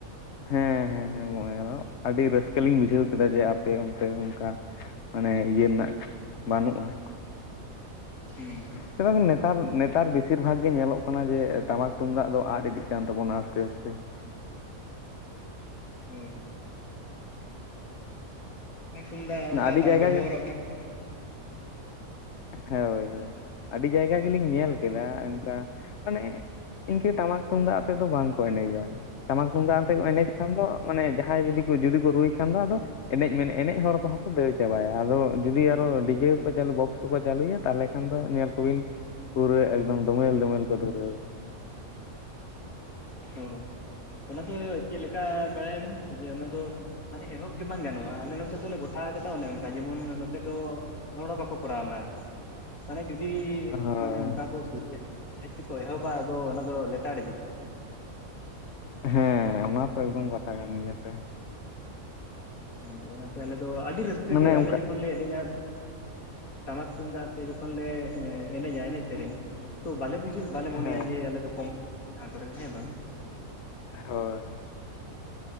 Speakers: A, on the left (about 55°); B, on the left (about 75°).
A: ᱦᱮᱸ ᱦᱮᱸ ᱦᱮᱸ ᱜᱚᱝ ᱚᱸ ᱟᱹᱰᱤ ᱨᱟᱹᱥᱠᱟᱹ ᱞᱤᱧ ᱵᱩᱡᱷᱟᱹᱣ ᱠᱮᱫᱟ ᱡᱮ ᱟᱯᱮ ᱚᱱᱛᱮ ᱚᱱᱠᱟ ᱢᱟᱱᱮ ᱤᱭᱟᱹ ᱨᱮᱱᱟᱜ ᱵᱟᱹᱱᱩᱜᱼᱟ ᱾
B: ᱦᱩᱸ ᱾
A: <unintelligible> ᱱᱮᱛᱟᱨ ᱱᱮᱛᱟᱨ ᱵᱮᱥᱤᱨ ᱵᱷᱟᱜᱽ ᱜᱮ ᱧᱮᱞᱚᱜ ᱠᱟᱱᱟ ᱡᱮ ᱴᱟᱢᱟᱠ ᱛᱩᱢᱫᱟᱜ ᱫᱚ ᱟᱫ ᱤᱫᱤᱜ ᱠᱟᱱ ᱛᱟᱵᱚᱱᱟ ᱟᱥᱛᱮ ᱟᱥᱛᱮ ᱾
B: ᱦᱩᱸ ᱦᱩᱸ ᱾ ᱴᱟᱢᱟᱠ ᱛᱩᱢᱫᱟᱜ ᱚᱱᱠᱟ
A: ᱟᱹᱰᱤ
B: ᱵᱟᱝ
A: ᱡᱟᱭᱜᱟ
B: ᱵᱮᱵᱚᱦᱟᱨᱚᱜ
A: ᱜᱮ
B: ᱠᱟᱱ ᱾
A: ᱦᱳᱭ ᱦᱳᱭ, ᱟᱹᱰᱤ ᱡᱟᱭᱜᱟ ᱜᱮᱞᱤᱧ ᱧᱮᱞ ᱠᱮᱫᱟ ᱚᱱᱠᱟ ᱢᱟᱱᱮ ᱤᱱᱠᱟᱹ ᱴᱟᱢᱟᱠ ᱛᱩᱢᱫᱟᱜ ᱟᱛᱮᱫ ᱫᱚ ᱵᱟᱝ ᱠᱚ ᱮᱱᱮᱡᱟ ᱾ ᱴᱟᱢᱟᱠ ᱛᱩᱢᱫᱟᱜ ᱟᱛᱮᱫ ᱠᱚ ᱮᱱᱮᱡ ᱠᱷᱟᱱ ᱫᱚ ᱢᱟᱱᱮ ᱡᱟᱦᱟᱸᱭ ᱡᱩᱫᱤ ᱡᱩᱫᱤ ᱠᱚ ᱨᱩᱭ ᱠᱷᱟᱱ ᱫᱚ ᱟᱫᱚ ᱮᱱᱮᱡ ᱢᱮᱱᱮ ᱮᱱᱮᱡ ᱦᱚᱲ ᱠᱚᱦᱚᱸ ᱠᱚ ᱫᱟᱹᱲ ᱪᱟᱵᱟᱭᱟ ᱟᱫᱚ ᱡᱩᱫᱤ ᱟᱨᱚ ᱰᱤᱡᱮ ᱠᱚ ᱠᱚ ᱪᱟᱹᱞᱩ ᱵᱚᱠᱥ ᱠᱚᱠᱚ ᱪᱟᱹᱞᱩᱭᱟ ᱛᱟᱦᱚᱞᱮ ᱠᱷᱟᱱ ᱫᱚ ᱧᱮᱞ ᱠᱚᱵᱤᱱ ᱯᱩᱨᱟᱹ ᱮᱠᱫᱚᱢ ᱫᱚᱢᱮᱞ ᱫᱚᱢᱮᱞ ᱠᱚ ᱫᱷᱩᱨᱟᱹᱣ ᱠᱟᱱᱟ ᱾
B: ᱦᱳᱭ ᱾ ᱚᱱᱟ ᱫᱚ ᱪᱮᱫ ᱞᱮᱠᱟ ᱵᱟᱲᱟᱭᱟᱵᱤᱱ ᱛᱚ ᱡᱮ ᱚᱱᱟ ᱫᱚ ᱢᱟᱱᱮ ᱮᱦᱚᱵ ᱜᱮ ᱵᱟᱝ ᱜᱟᱱᱚᱜᱼᱟ ᱟᱞᱮ ᱱᱚᱛᱮ ᱫᱚᱞᱮ ᱜᱚᱴᱟ ᱟᱠᱟᱫᱟ ᱚᱱᱮ ᱚᱱᱠᱟ ᱡᱮᱢᱚᱱ ᱱᱚᱛᱮ ᱫᱚ ᱦᱚᱲ ᱦᱚᱸ ᱵᱟᱠᱚ ᱠᱚᱨᱟᱣ ᱢᱟ ᱟᱨᱠᱤ ᱾ ᱢᱟᱱᱮ ᱡᱩᱫᱤ
A: ᱦᱳᱭ
B: ᱢᱟᱱᱮ ᱚᱱᱠᱟ ᱠᱚ ᱥᱩᱨᱩᱭᱟ ᱡᱟᱦᱟᱸᱭ ᱡᱩᱫᱤ ᱠᱚ ᱮᱦᱚᱵᱟ ᱟᱫᱚ ᱚᱱᱟ ᱫᱚ ᱞᱮᱛᱟᱲ ᱤᱫᱤ ᱾
A: ᱦᱮᱸ ᱚᱱᱟ ᱛᱚ ᱮᱠᱫᱚᱢ ᱠᱟᱛᱷᱟ ᱠᱟᱱ ᱜᱮᱭᱟ ᱥᱮ ᱾
B: ᱦᱮᱸ ᱚᱱᱟ ᱛᱮ ᱟᱞᱮ ᱫᱚ ᱟᱹᱰᱤ ᱨᱟᱹᱥᱠᱟᱹ
A: ᱢᱟᱱᱮ
B: ᱜᱮ, ᱟᱞᱮ
A: ᱚᱱᱠᱟ
B: ᱡᱚᱠᱷᱚᱱ ᱞᱮ ᱮᱱᱮᱡᱟ ᱴᱟᱢᱟᱠ ᱛᱩᱢᱫᱟᱜ ᱟᱛᱮ ᱡᱚᱠᱷᱚᱱ ᱞᱮ ᱮᱸ ᱮᱱᱮᱡᱟ ᱮᱱᱮᱡ ᱥᱮᱨᱮᱧᱟ ᱾ ᱛᱚ ᱵᱟᱞᱮ ᱵᱩᱡᱷᱟᱹ ᱵᱟᱞᱮ ᱢᱚᱱᱮᱭᱟ
A: ᱦᱮᱸ
B: ᱡᱮ ᱟᱞᱮ ᱫᱚ ᱠᱚᱢᱚᱜ ᱠᱟᱱᱟᱞᱮ ᱡᱟᱦᱟᱸ ᱠᱚᱨᱮ ᱦᱮᱸ ᱵᱟᱝ ᱾
A: ᱦᱳᱭ᱾